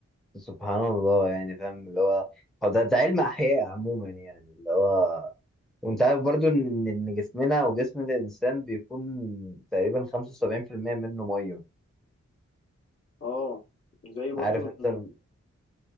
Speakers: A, in the centre; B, on the left.
A: سبحان الله يعني فاهم اللي هو هو ده, ده علم أحياء عموما يعني اللي هو وانت عارف برضو ان ان جسمنا وجسم الانسان بيكون تقريبا 75% منه ميه
B: اه زي برضو
A: عارف انت
B: ال
A: ال-